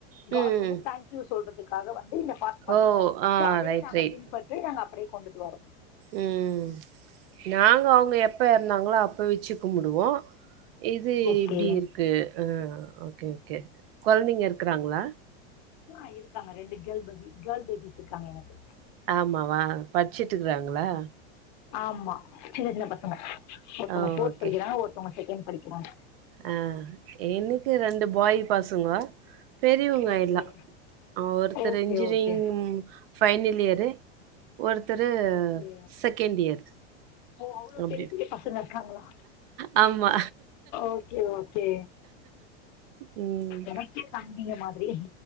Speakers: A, on the right; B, on the left.
A: ம்.
B: ஹாட்கு
A: ம்
B: வந்து தேங்க்யூ சொல்றதுக்காக வந்து இந்த பாஸ்
A: ஓ!
B: பண்ணாங்க
A: ஆ
B: சோ அதையே
A: ரைட்,
B: நாங்க
A: ரைட்.
B: பின்பற்று நாங்க அப்டியே கொண்டுட்டு வாரோ
A: ம் நாங்க அவுங்க எப்போ எறந்தாங்களோ அப்போ வச்சி கும்புடுவோ இது
B: ஓகே
A: இப்டி இருக்கு ம் ஓகே ஓகே. கொழந்தைங்க இருக்கறாங்களா
B: ஆ இருக்காங்க ரெண்டு கேர்ள் பேபி கேர்ள் பேபிஸ் இருக்காங்க எனக்கு
A: ஆமாவா படிச்சுட்ருக்காங்களா
B: ஆமா ஜின்ன ஜின்ன பசங்க ஒருத்தவங்க
A: ஓ
B: ஃபோர்த்
A: ஓகே.
B: படிக்கறாங்க ஒருத்தவங்க செகண்ட் படிக்கறாங்க
A: ஆ எனக்கு ரெண்டு பாய் பசங்கோ பெரியவங்க
B: ஓகே
A: எல்லா ஆ ஒருத்தர்
B: okay
A: engineering
B: okay
A: final year ஒருத்தரு
B: ஓகே
A: செகண்ட் இயர்
B: ஓ அவ்ளோ
A: அப்படி.
B: பெரிய பெரிய பசங்க இருக்காங்கலா
A: ஆமா.
B: ஓகே ஓகே
A: ம்.
B: எனக்கே தம்பிங்க மாதிரி